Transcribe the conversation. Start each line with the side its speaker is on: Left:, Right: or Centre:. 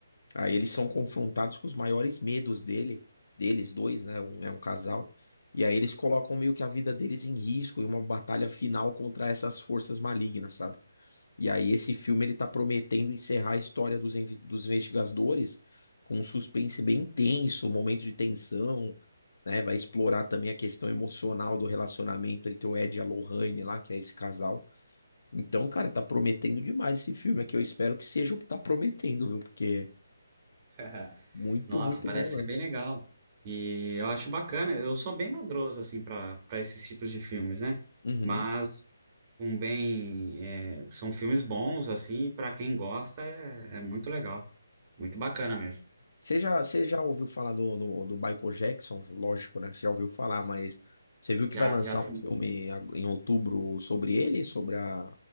Left: Aí eles são confrontados com os maiores medos dele, deles dois, né? Um, é um casal. E aí eles colocam meio que a vida deles em risco em uma batalha final contra essas forças malignas, sabe? E aí esse filme ele tá prometendo encerrar a história dos, inve- dos investigadores com um suspense bem intenso, um momento de tensão, né? Vai explorar também a questão emocional do relacionamento entre o Ed e a Lorraine lá, que é esse casal. Então, cara, tá prometendo demais esse filme, é que eu espero que seja o que tá prometendo, viu? Porque
Right: <laughs>
Left: muito,
Right: Nossa,
Left: muito
Right: parece
Left: bom mesmo.
Right: ser bem legal. E eu acho bacana, eu sou bem madroso, assim, para para esses tipos de filmes, né?
Left: Uhum.
Right: Mas um bem. é, são filmes bons, assim, para quem gosta é, é muito legal. Muito bacana mesmo.
Left: Você já, você já ouviu falar do, do, do Michael Jackson? Lógico, né? Você já ouviu falar, mas você viu que
Right: Já,
Left: vai lançar
Right: já assi-
Left: um filme ag- em outubro sobre ele? Sobre a,